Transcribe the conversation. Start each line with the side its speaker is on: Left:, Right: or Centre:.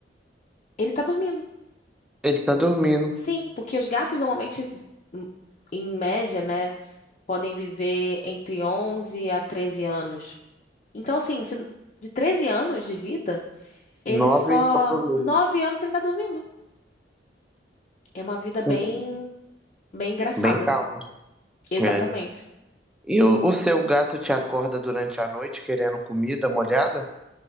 Left: ele tá dormindo.
Centre: ele tá dormindo.
Left: Sim, porque os gatos normalmente, em em média, né, podem viver entre 11 a 13 anos. Então, assim, se- de 13 anos de vida, ele
Centre: Nove
Left: só.
Centre: estão dormindo.
Left: Nove anos ele tá dormindo. É uma vida bem,
Centre: Hum,
Left: bem engraçada.
Centre: Bem calmo.
Left: Exatamente.
Centre: É. E o, o seu gato te acorda durante a noite querendo comida molhada?